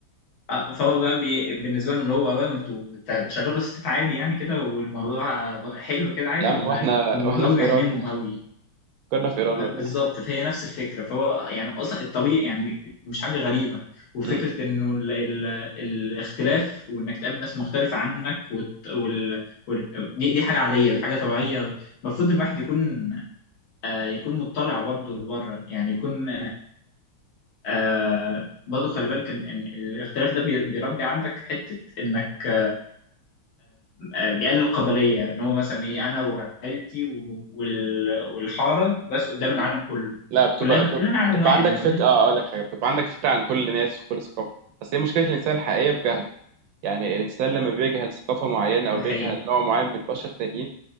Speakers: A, on the left; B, on the right.
A: آه، فهو بقى بي بالنسبة لهم اللي هو "واو، انتوا بت- بتشغلوا ستات عادي يعني كده والموضوع حلو كده عادي
B: يا عم
A: ولا
B: واحنا
A: الموضوع
B: واحنا
A: بيهممهم
B: في إيران
A: أوي
B: كنا في إيران
A: لا
B: ولا
A: بالظبط
B: إيه؟
A: فهي نفس الفكره فهو يعني اصلا الطبيعي يعني مش حاجه غريبه وفكره
B: مم.
A: انه ال ال الاختلاف وانك تقابل ناس مختلفه عنك وت وال وال دي, دي حاجه عاديه دي حاجه طبيعيه المفروض الواحد يكون آه يكون مطلع برضه لبره يعني يكون آه برضه خلي بالك ان إن الاختلاف ده بي- بيربي عندك حته انك آه بيقلل القبليه ان هو مثلا ايه انا وعيلتي و- وال- والحاره بس قدام
B: مم.
A: العالم كله
B: لا بتبقى
A: كلنا
B: بتبقى,
A: كلنا عالم
B: بتبقى
A: واحد
B: عندك
A: يعني
B: فكرة
A: كلنا
B: آه أقول لك حاجة بتبقى عندك فكرة عن كل ناس وكل ثقافة بس هي مشكلة الإنسان الحقيقية في جهله يعني الإنسان لما بيجهل ثقافة معينة أو
A: دي
B: بيجهل
A: حقيقة
B: نوع معين من البشر التانيين